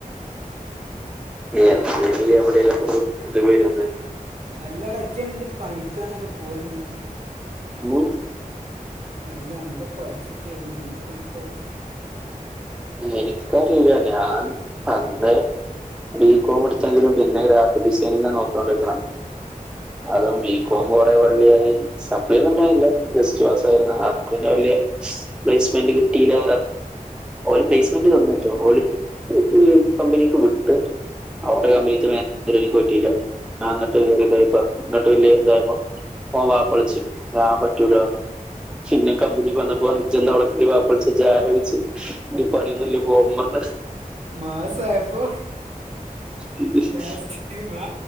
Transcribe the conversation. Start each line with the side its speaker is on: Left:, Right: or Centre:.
Centre: എന്ത ചെയ കേവിടെയിലക്കുണു ഇത് വരുന്ന
Right: അല്ലാട ഇജ്ജ് എന്ത് പണിക്കാന്നിട്ട് പോവാഞ്ഞി.
Centre: ഉം
Right: എല്ലാം എന്താ പഠിച്ച്ച്ച് കഴിഞ്ഞഞ് എന്ത് പണിക്കാവോ
Centre: എനിക്ക അറില്ല ഞാൻ അന്ന് ബി കോം പടിച്ചെങ്കിലും പിന്നെ ഗ്രാഫിക്ക് ഡിസൈനിങ്ങാ നോക്കികോണ്ടിരികണത്. അതും ബികോം
Right: ആ
Centre: കൊറെ വള്ളിയായി സപ്ലി എഴുതന്നില്ല ജെസ്റ്റ് പസായിരുന്നു അതന്നെ വല്ല്യയ പ്ലേസ്മെന്റ് കിട്ടില്ല ഓര് പ്ലേസ്മെന്റ് തന്നുട്ടോ ഓല് ഉം കമ്പനിക്ക് വിട്ട് അവിടെ കമ്മീനിക്ക് പറ്റില്ല അങ്ങട്ട് വലിയ ഇതായപ്പ ഇങ്ങട്ട് വലിയ ഇതയപ്പ പോവോപ്പൾസ് ഞാൻ പറ്റൂലറഞ്ഞു. പിന്നെ കമ്പനി വന്നപ്പോജ്ജ് ന്താവിടെക്ക്ണ് വപ്പിച്ച ജാര വെച്ച് ഇനി പണിയൊന്നുംല്ലേ വോമർ നൊസ്സി
Right: മാസായപ്പോ
Centre: പറഞ്ഞു
Right: ലാസ്റ്റ് മാ